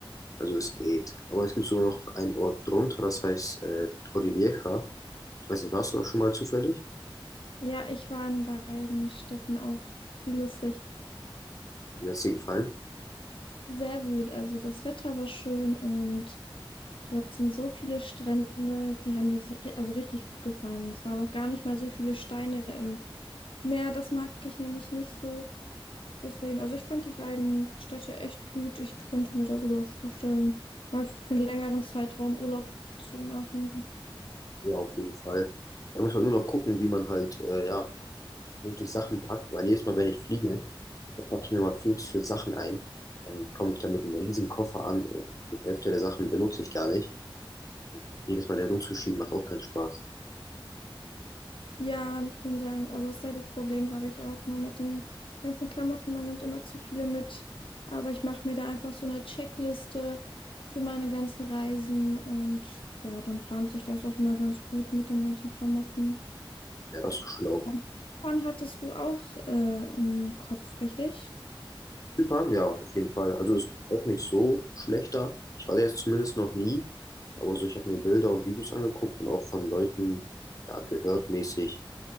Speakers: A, on the left; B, on the left.
A: Also es geht. Aber es gibt sogar noch einen Ort drunter, das heißt äh, Torrevieja. Ich weiß nicht, warst du da schon mal zufällig?
B: Ja, ich war in beiden Städten auch. Wie lustig.
A: Wie hat es dir gefallen?
B: Sehr gut. Also das Wetter war schön und dort sind so viele Strände, die haben mir si- also richtig gut gefallen. Es waren auch gar nicht mal so viele Steine im Meer. Das mag ich nämlich nicht so. Deswegen, also ich fand die beiden Städte echt gut. Ich könnte mir da sogar auch vorstellen, mal für einen längeren Zeitraum Urlaub zu machen.
A: Ja, auf jeden Fall. Da muss man nur noch gucken, wie man halt, äh, ja, vernünftig Sachen packt, weil jedes Mal, wenn ich fliege, da packe ich mir mal viel zu viele Sachen ein. Dann komme ich da mit einem riesen Koffer an und die Hälfte der Sachen benutze ich gar nicht. Jedes Mal da rumzuschieben macht auch keinen Spaß.
B: Ja, denselben, also dasselbe Problem habe ich auch immer mit den ganzen Klamotten. Man nimmt immer zu viele mit. Aber ich mache mir da einfach so eine Checkliste für meine ganzen Reisen und ja, dann plant sich das auch immer ganz gut mit den ganzen Klamotten.
A: Ja, das ist so schlau.
B: Und wann hattest du auch äh, im Kopf, richtig?
A: Zypern, ja, auf jeden Fall. Also ist auch nicht so schlechter. Ich war da jetzt zumindest noch nie, aber so, ich habe mir Bilder und Videos angeguckt und auch von Leuten, ja, gehört mäßig,